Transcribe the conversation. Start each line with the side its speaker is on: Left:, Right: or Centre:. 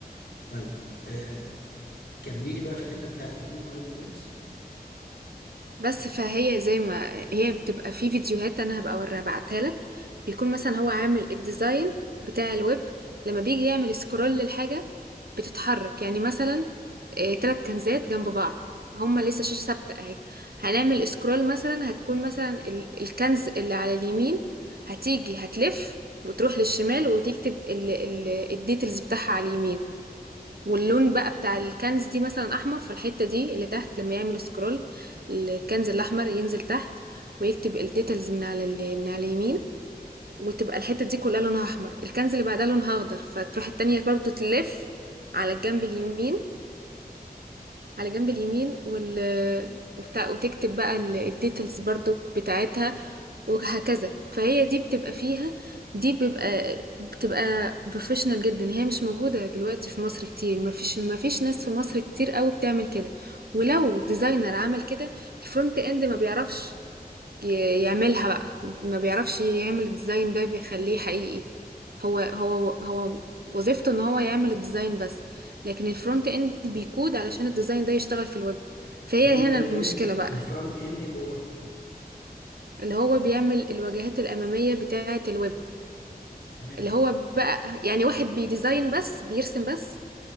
Left: طيب آه كملي لي بقى في الحته بتاعت اليو اي يو اكس
Right: بس
Left: عشان
Right: فهي زي ما هي بتبقى في فيديوهات انا هبقى اوريها ابعتها لك بيكون مثلا هو عامل الديزاين بتاع الويب لما بيجي يعمل سكرول للحاجة بتتحرك يعني مثلا آه، تلات كنزات جنب بعض هما لسه شاشة ثابتة اهي هنعمل سكرول مثلا هتكون مثلا ال- الكنز اللي على اليمين هتيجي هتلف وتروح للشمال وتكتب ال- ال- الديتيلز بتاعها على اليمين واللون بقى بتاع الكنز دي مثلا احمر فالحته دي اللي تحت لما يعمل سكرول الكنز الاحمر ينزل تحت ويكتب الديتيلز من على ال- من على اليمين وتبقى الحته دي كلها لونها احمر الكنز اللي بعدها لونها اخضر فتروح التانية برضو تلف على الجنب اليمين على جنب اليمين وال... وبتاع وتكتب بقى ال- الديتيلز برضو بتاعتها وهكذا فهي دي بتبقى فيها دي بيبقى بتبقى بروفيشنال جدا هي مش موجودة دلوقتي في مصر كتير ما فيش ما فيش ناس في مصر كتير قوي بتعمل كده ولو ديزاينر عمل كده الفرونت اند ما بيعرفش ي- يعملها بقى ما بيعرفش يعمل الديزاين ده بيخليه حقيقي هو هو هو وظيفته ان هو يعمل الديزاين بس لكن الفرونت اند بيكود علشان الديزاين ده يشتغل في الويب فهي
Left: فرونت
Right: هنا المشكلة
Left: اند
Right: بقى
Left: الفرونت اند اللي هو مين
Right: اللي هو بيعمل الواجهات الأمامية بتاعة الويب
Left: تمام
Right: اللي هو بقى يعني واحد بيديزاين بس بيرسم بس